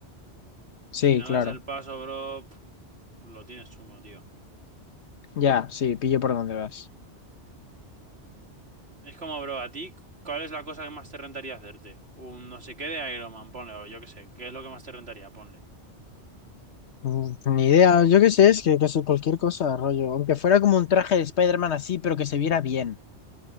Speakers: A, on the left (about 70°); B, on the right (about 65°).
A: sí,
B: Si no
A: claro.
B: das el paso, bro, pf, lo tienes chungo, tío.
A: Ya, sí, pillo por dónde vas.
B: Es como, bro, a ti, ¿cuál es la cosa que más te rentaría hacerte? Un no sé qué de Iron Man, ponle, o yo qué sé. ¿Qué es lo que más te rentaría? Ponle.
A: Mm, Ni idea, yo qué sé, es que casi cualquier cosa, rollo. Aunque fuera como un traje de Spider-Man así, pero que se viera bien.